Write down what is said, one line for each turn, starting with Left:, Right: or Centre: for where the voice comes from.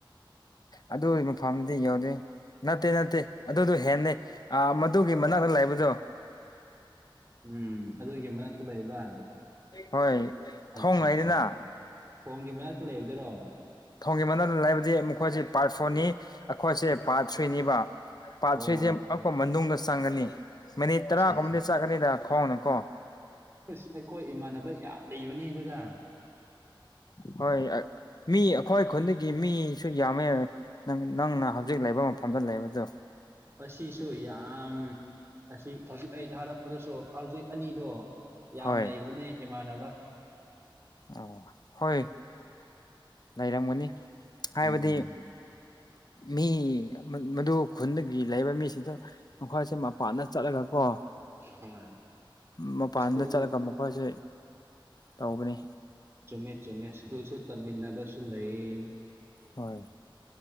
Left: ꯑꯗꯣ ꯑꯩ ꯃꯐꯝꯗꯨꯗꯤ ꯌꯧꯗꯦ ꯅꯠꯇꯦ ꯅꯠꯇꯦ ꯑꯗꯨꯗꯣ ꯍꯦꯟꯅꯦ ꯑ ꯃꯗꯨꯒꯤ ꯃꯅꯥꯛꯇ ꯂꯩꯥꯕꯗꯣ
Right: ꯎꯝ ꯑꯗꯨꯒꯤ ꯃꯅꯥꯛꯇ ꯂꯩꯕ
Left: ꯍꯣꯏ
Right: ꯑꯠꯆꯥ
Left: ꯊꯣꯡꯉꯩꯗꯅ
Right: ꯆꯥ ꯆꯥ ꯊꯣꯡꯒꯤ ꯃꯅꯥꯛꯇ ꯂꯩꯕꯗꯨꯔꯣ
Left: ꯊꯣꯡꯒꯤ ꯃꯅꯥꯛꯇ ꯂꯩꯕꯗꯤ ꯃꯈꯣꯏꯁꯦ ꯄꯥꯔꯠ ꯐꯣꯔꯅꯤ ꯑꯈꯣꯏꯁꯦ ꯄꯥꯔꯠ ꯊ꯭ꯔꯤꯅꯤꯕ ꯄꯥꯔꯠ
Right: ꯑꯣ
Left: ꯊ꯭ꯔꯤꯁꯦ ꯑꯛꯄ ꯃꯅꯨꯡꯗ ꯆꯪꯒꯅꯤ ꯃꯤꯅꯤꯠ
Right: ꯑꯠꯆꯥ
Left: ꯇꯔꯥꯒꯨꯝꯕꯗꯤ
Right: ꯑꯠꯆꯥ
Left: ꯆꯥꯒꯅꯤꯗ ꯈꯣꯡꯅ ꯀꯣ
Right: ꯑꯁ ꯑꯩꯈꯣꯏ ꯏꯃꯥꯟꯅꯕ ꯌꯥꯝ ꯂꯩꯕꯅꯦ ꯑꯗꯨꯗ
Left: ꯍꯣꯏ ꯑꯛ ꯃꯤ ꯑꯈꯣꯏ ꯈꯨꯟꯗꯒꯤ ꯃꯤꯁꯨ ꯌꯥꯝꯃꯦ ꯅꯪꯅ ꯍꯧꯖꯤꯛ ꯂꯩꯕ ꯃꯐꯝꯗ ꯂꯩꯕꯗꯣ
Right: ꯑꯁꯤꯁꯨ ꯌꯥꯝ ꯑꯁꯤ ꯍꯧꯖꯤꯛ ꯑꯩ ꯊꯥꯔꯛꯄꯗꯁꯨ ꯍꯧꯖꯤꯛ ꯑꯅꯤꯗꯣ ꯌꯥꯝ
Left: ꯍꯣꯏ
Right: ꯂꯩꯕꯅꯦ ꯏꯃꯥꯟꯅꯕ
Left: ꯑ ꯍꯣꯏ ꯂꯩꯔꯝꯒꯅꯤ ꯍꯥꯏꯕꯗꯤ
Right: ꯎꯝ
Left: ꯃꯤ ꯃꯠ ꯃꯗꯨ ꯈꯨꯟꯗꯒꯤ ꯂꯩꯕ ꯃꯤꯁꯤꯡꯗꯣ ꯃꯈꯣꯏꯁꯦ ꯃꯄꯥꯟꯗ ꯆꯠꯂꯒ ꯀꯣ
Right: ꯍꯣꯏ
Left: ꯃꯄꯥꯟꯗ
Right: ꯁ꯭ꯀꯨꯜ
Left: ꯆꯠꯂꯒ ꯃꯈꯣꯏꯁꯦ ꯇꯧꯕꯅꯤ
Right: ꯆꯨꯝꯃꯦ ꯆꯨꯝꯃꯦ ꯁ꯭ꯀꯨꯜꯁꯨ ꯇꯝꯃꯤꯟꯅꯕꯁꯨ ꯂꯩꯌꯦ
Left: ꯍꯣꯏ